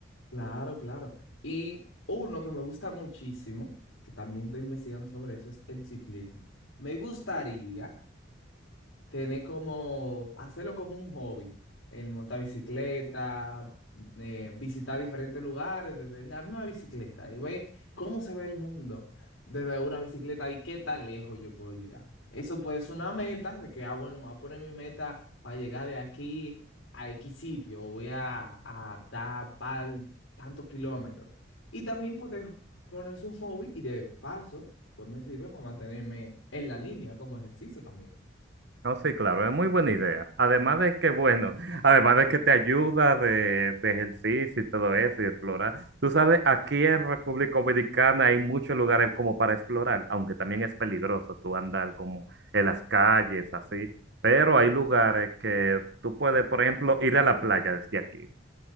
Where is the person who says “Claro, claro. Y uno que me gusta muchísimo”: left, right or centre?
Left